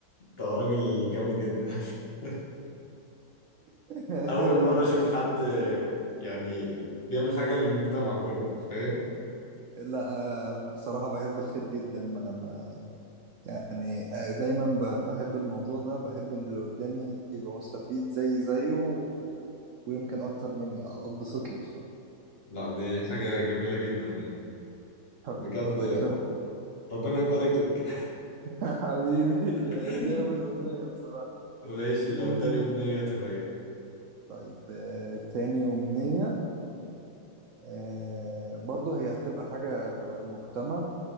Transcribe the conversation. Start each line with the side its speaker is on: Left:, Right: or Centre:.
Left: ده راجل جامد جدا <laughs>
Right: <laughs>
Left: اول
Right: لا
Left: مرة
Right: انا بحب
Left: اشوف
Right: الخير
Left: حد آه، يعني بيعمل حاجة للمجتمع كله فاهم
Right: لا انا بصراحة بحب الخير جدا ما ما يعني آه، دايما ب- بحب الموضوع ده بحب ان اللي قدامي يبقى مستفيد زي زيه و- ويمكن اكتر مني اتبسط له بصراحة
Left: لا دي حاجة جميلة جدا يعني
Right: حبيبي
Left: بجد
Right: الله يكرمك
Left: ربنا يبارك لك
Right: <laughs> حبيبي يعني
Left: <laughs>
Right: دي أول أمنية بصراحة
Left: ماشي
Right: مم.
Left: لو تاني امنية تبقى ايه
Right: طيب آه، تاني أمنية آه، برضه هي هتبقى حاجة تبع المجتمع